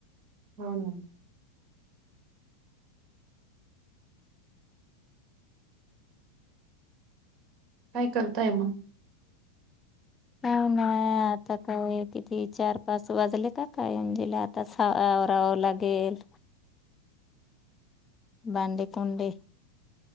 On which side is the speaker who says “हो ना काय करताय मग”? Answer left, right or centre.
Right